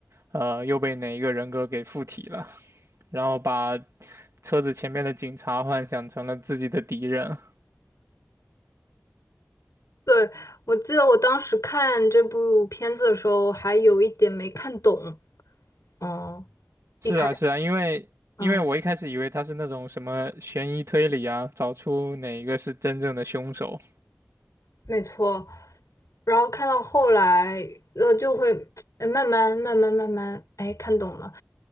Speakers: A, on the right; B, on the left.
A: 呃又被哪一个人格给附体了，然后把车子前面的警察幻想成了自己的敌人。
B: 对，我记得我当时看这部片子的时候，还有一点没看懂，嗯，一开，
A: 是啊，是啊，因为因为我一开始以为他是那种什么悬疑推理啊，
B: 嗯。
A: 找出哪一个是真正的凶手。
B: 没错，然后看到后来，呃，就会哎慢慢慢慢慢慢哎看懂了。